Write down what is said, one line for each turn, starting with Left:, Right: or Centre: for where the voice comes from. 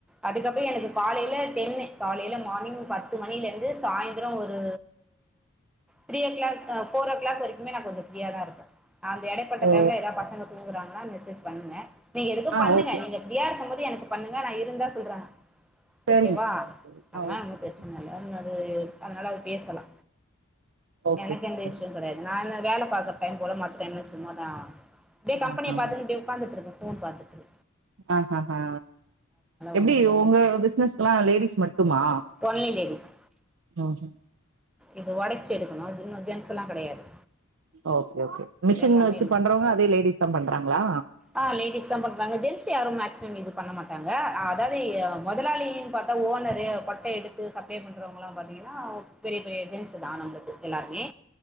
Centre: அதுக்கப்று எனக்கு காலேல டென்னு காலேல மார்னிங் பத் த்து மணில இருந்து சாய்ந்த்ரோ ஒரு த்ரீ ஓ கிளாக் அ ஃபோர் ஓ க்ளாக் வரிக் இனிமே நா கொஞ்சோ ஃப்ரீயா தா இருப்ப அந்த எடைப்பட்ட
Right: ஓ
Centre: டைம்ல ஏதா பசங்க தூங்குறாங்ன்னா மெசேஜ் பண்ணுங்க நீங்க எதுக்கும்
Right: ஆ
Centre: பண்ணுங்க
Right: ஓகே
Centre: நீங்க ஃப்ரீயா இருக்கும்போது எனக்கு பண்ணுங்க நான் இருந்தா சொல்ற
Right: சரிங்க
Centre: ஓகேவா
Right: சிஸ்டர் சரி
Centre: அதல்லா
Right: ஆ ஓகே
Centre: ஒன்னு ப்ரச்சன
Right: சிஸ்டர்
Centre: எல்லாரும் அது அதனால அது பேசலா
Right: ஓகே
Centre: எனக்கு
Right: சிஸ்டர்
Centre: எந்த இஷ்ஷு கெடையாத் நானா வேல பாக்ற டைம் போல மத்த டைம்ல சும்மாதா இப்டே
Right: ஆ
Centre: கம்பனிய
Right: ஆ
Centre: பாத்துங்ட்டு உக்காந்துட்டுருக்கே ஃபோன் பாத்துட்ரு
Right: ஹ ஹ ஹா எப்டி
Centre: ஒன்னு பிரச்சன
Right: உங்க பிசினஸ்க்லா லேடிஸ் மட்டுமா
Centre: ஒன்லி லேடிஸ்
Right: ஆஹ
Centre: இது ஒடச் எடுக்கணு இன்னு ஜென்ஸ்ல்லா கெடையாது
Right: ஓகே ஓகே மிஷின்
Centre: எல்லாமே
Right: வச்சு பண்றவங்க அதே லேடிஸ் தா பண்றாங்களா
Centre: ஆஹ் லேடிஸ் தா பண்றாங்க ஜென்ஸ் யாரும் மேக்சிமம் இது பண்ண மாட்டாங்க அதாவது முதலாளினு பாத் ஓனரு கொட்டை எடுத்து சப்ளை பண்றவங்களா பாத்தீங்கனா பெரிய பெரிய ஏஜென்சி தா நம்மளுக்கு எல்லாருமே